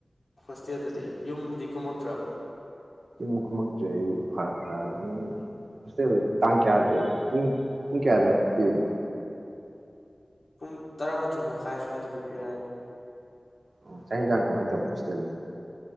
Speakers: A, on the left; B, on the right.
A: ꯍꯣꯁꯇꯦꯜꯗ ꯂꯩ ꯌꯨꯝꯗꯤ ꯀꯨꯝꯃꯛꯇ꯭ꯔꯕ
B: ꯌꯨꯝ ꯀꯨꯝꯃꯛꯇ꯭ꯔꯦ ꯑꯩ ꯐꯔꯛꯇꯥꯔꯦ ꯅꯪ ꯍꯣꯁꯇꯦꯜ ꯇꯥꯡ ꯀꯌꯥꯗ ꯄꯨꯡ ꯄꯨꯡ ꯀꯌꯥꯗ ꯄꯤꯕꯅꯣ
A: ꯄꯨꯡ ꯇꯔꯥꯃꯥꯊꯣꯏ ꯃꯈꯥꯏ ꯁ꯭ꯋꯥꯏꯗꯗꯤ ꯄꯤꯔꯛꯑꯅꯤ
B: ꯑꯣ ꯆꯥꯛ ꯏꯟꯁꯥꯡ ꯀꯃꯥꯏꯅ ꯇꯧꯕ ꯍꯣꯁꯇꯦꯜꯒꯤ